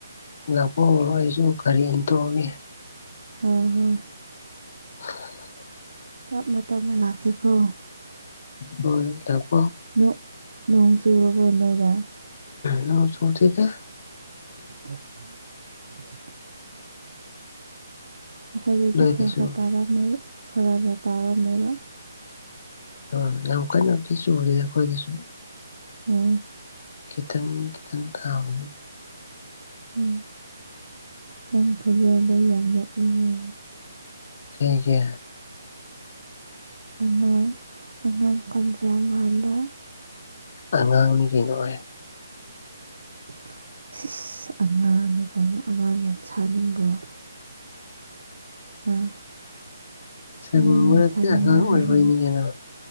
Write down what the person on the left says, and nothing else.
ꯂꯥꯛꯄ ꯍꯧꯔꯣ ꯑꯩꯁꯨ ꯒꯥꯔꯤ ꯏꯟꯊꫭꯛꯑꯒꯦ
ꯑ <inaudible>
ꯍꯣꯏ <unintelligible>
ꯅꯣꯡ ꯆꯨꯗꯦꯗꯥ
ꯅꯣꯏꯗꯁꯨ
ꯑ ꯌꯥꯝ ꯀꯟꯅꯕꯨꯗꯤ ꯆꯨꯔꯤꯗ ꯑꯩꯈꯣꯏꯗꯁꯨ
ꯈꯤꯇꯪ ꯈꯤꯇꯪ ꯇꯥꯕꯅꯦ
ꯀꯩꯒꯤ
ꯑꯉꯥꯡꯅꯤ ꯀꯩꯅꯣ ꯑꯦ
ꯁꯥꯅꯤꯡꯕ
ꯅꯠꯇꯦ
ꯑꯉꯥꯡ ꯑꯣꯏꯕꯩꯅꯤ
ꯀꯩꯅꯣ